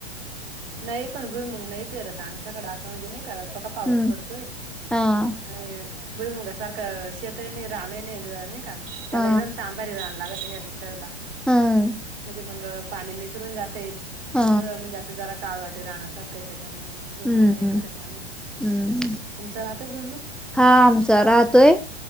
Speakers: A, on the right; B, in the centre.
A: नाही पण भुई मग नाही पेरत आमच्याकडे असं म्हणजे नाही का फक्का पाऊस
B: हम्म
A: पडतोय.
B: हा
A: आणि बरी मुगा सारखं शता नाही राहन नाही का? त्याला
B: हा
A: एकदम तांबारी राहान लागत ह्या दिसाला
B: हम्म
A: म्हणजे मग पाणी निसरून जात. ते आमचं
B: हा
A: म्हणजे असं जरा काळ वाटे राहसारखं आहे त्याच्यामुळ म्हण. गमग
B: हम्म
A: नाही
B: हम्म
A: करत आम्ही
B: हम्म
A: तुमचं राहतो घुमग.
B: हा आमचा राहतोय.